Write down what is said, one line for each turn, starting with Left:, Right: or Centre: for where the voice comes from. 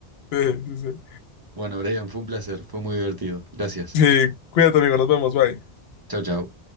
Left: sí, sí, sí.
Right: Bueno, Brian, fue un placer, fue muy divertido. Gracias.
Left: Sí, cuídate, amigo. Nos vemos. Bye.
Right: Chau, chau.